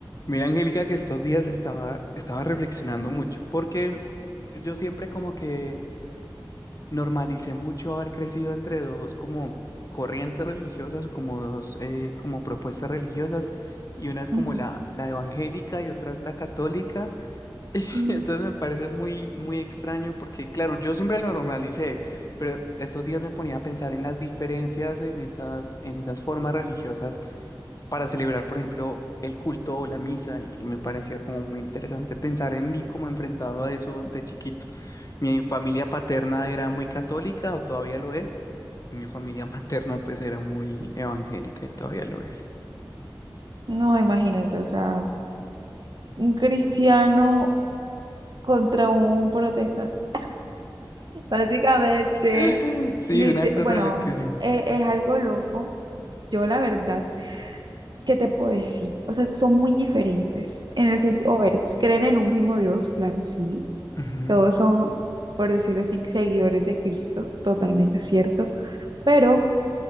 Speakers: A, on the left (about 45°); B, on the right (about 60°).
A: Mira, Angélica, que estos días estaba, estaba reflexionando mucho, porque yo siempre como que normalicé mucho haber crecido entre dos como corrientes religiosas o como dos eh, como propuestas religiosas, y una es como
B: Ujú.
A: la, la evangélica y otra es la católica. <laughs>
B: Mm.
A: Entonces me parece muy, muy extraño porque, claro, yo siempre lo normalicé, pero estos días me ponía a pensar en las diferencias en esas, en esas formas religiosas para celebrar, por ejemplo, el culto o la misa, y, y me parecía como muy interesante pensar en mí como enfrentado a eso de chiquito. Mi familia paterna era muy católica o todavía lo es, y mi familia <laughs> materna pues era muy evangélica y todavía lo es.
B: No, imagínate, o sea, un cristiano contra un protestante. <laughs> Básicamente,
A: <laughs> Sí,
B: lite-
A: una cosa
B: bueno,
A: loquísima.
B: e- es, algo loco. Yo la verdad, ¿qué te puedo decir? O sea, son muy diferentes en el sentido, a ver, creen en un mismo Dios, claro, sí.
A: Ujú,
B: Todos son, por decirlo así, seguidores de Cristo, totalmente cierto. Pero